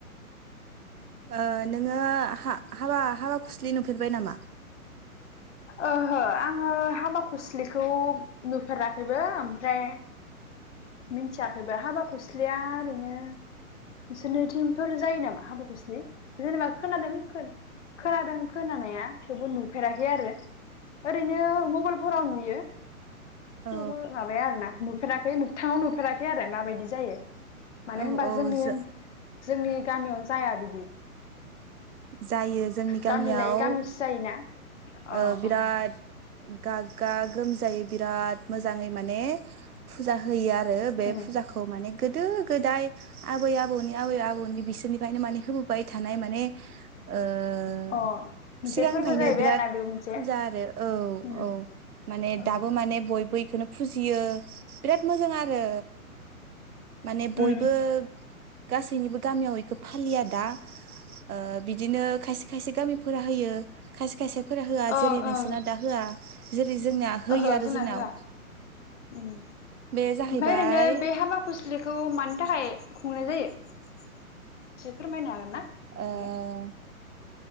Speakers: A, on the right; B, on the left.
A: ओ नोङो हा- हाबा हाबा खुस्लि नुफेरबाय नामा
B: ओहो आङो हाबा खुस्लिखौ नुफेराखैबो ओमफ्राय मिथियाखैबो हाबा खुस्लिया ओरैनो नोंसोरनिथिं <unintelligible> जायो नामा हाबाखुस्लि जेनेबा खोनादों <unintelligible> खोनादों खोनानाया थेवबो नुफेराखै आरो ओरैनो मबाइलफोराव नुयो
A: औ
B: थेवबो माबाया आरो ना नुफेराखै मोगथाङाव नुफेराखै आरो माबायदि जायो मानो
A: औ
B: होनबा
A: औ
B: जोंनि
A: जो
B: जोंनि गामियाव जाया बिदि
A: जायो जोंनि गामियाव
B: गामि लायै गामिसो जायोना अ
A: ओ बिराद
B: अ
A: गागा गोमजायो बिराद मोजाङै माने फुजा होयो ओ बे
B: उम
A: फुजाखौ माने गोदो गोदाय आबै आबौनि आबै आबौनि बिसोरनिफ्रायनो माने होबोबाय थानाय माने ओ ओ
B: अ मोनसे
A: सिगांनिफ्रायनो
B: फोरबो जाहैबाय
A: बिराद
B: आरोना बेबो मोनसे
A: फुजा आरो औ
B: उम
A: औ माने
B: उम
A: दाबो माने बयबो इखोनो फुजियो बिराद मोजां आ हो माने बयबो
B: उम
A: गासैनिबो गामियाव एखौ फालिया दा ओ बिदिनो खायसे खायसे गामिफोरा होयो खायसे खायसे फोरा होआ
B: ओं
A: जेरै नोंसोरना
B: ओं
A: दा होआ जेरै जोंना होयो
B: ओहो
A: आरो
B: जोंना
A: जोंनाव
B: होआ उम ओमफाय
A: बे जाहैबाय
B: ओरैनो बे हाबा खुस्लिखौ मानि थाखाय खुंनाय जायो एसे फोरमायनो हागोन ना आगैया?
A: ओ